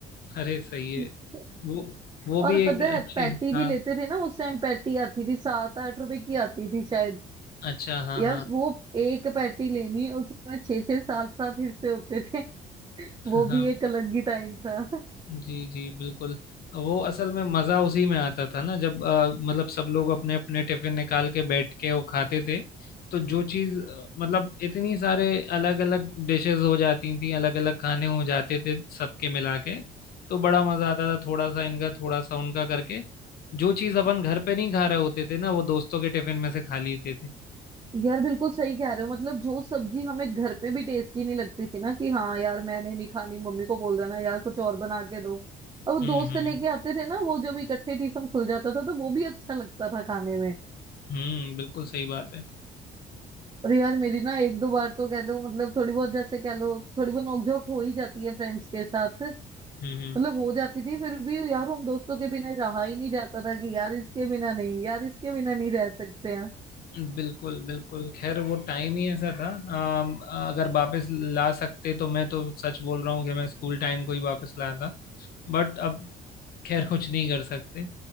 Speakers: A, on the left (about 65°); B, on the right (about 25°).
A: अरे सही है
B: <laughs>
A: वो वो
B: और
A: भी एक
B: पता
A: अच्छी
B: है पैटी
A: हाँ
B: भी लेते थे ना उस टाइम पैटी आती थी सात आठ रुपए की आती थी शायद
A: अच्छा हाँ
B: यार
A: हाँ
B: वो एक पैटी लेनी उसमें छह छह सात सात हिस्से होते थे <laughs> वो
A: हाँ
B: भी एक अलग ही टाइम था
A: जी जी बिल्कुल वो असल में मज़ा उसी में आता था ना जब अ, मतलब सब लोग अपने अपने टिफिन निकाल के बैठ के वो खाते थे तो जो चीज़ अ, मतलब इतनी सारे अलग अलग डिशेस हो जाती थी अलग अलग खाने हो जाते थे सबके मिला के तो बड़ा मज़ा आता था थोड़ा सा इनका थोड़ा सा उनका करके जो चीज़ अपन घर पे नहीं खा रहे होते थे ना वो दोस्तों के टिफिन में से खा लेते थे
B: यार बिल्कुल सही कह रहे हो मतलब जो सब्जी हमें घर पे भी टेस्टी नहीं लगती थी ना कि हाँ यार मैंने नहीं खानी मम्मी को बोल देना यार कुछ और बना के दो अब वो
A: हम्म
B: दोस्त
A: हम्म
B: लेके आते थे ना वो जब इकट्ठे टिफिन खुल जाता था तो वो भी अच्छा लगता था खाने में
A: हम्म बिल्कुल सही बात है
B: और यार मेरी ना एक दो बार तो कह लो मतलब थोड़ी बहुत जैसे कह लो थोड़ी बहुत नोकझोंक हो ही जाती है फ्रेंड्स के साथ
A: हम्म
B: मतलब
A: हम्म
B: हो जाती थी फिर भी यार उन दोस्तों के बिना रहा ही नहीं जाता था कि यार इसके बिना नहीं यार इसके बिना नहीं रह सकते हैं
A: बिल्कुल बिल्कुल खैर वो टाइम ही ऐसा था अम, अगर वापस ला सकते तो मैं तो सच बोल रहा हूँ कि मैं स्कूल टाइम को ही वापस लाया था बट अब खैर कुछ नहीं कर सकते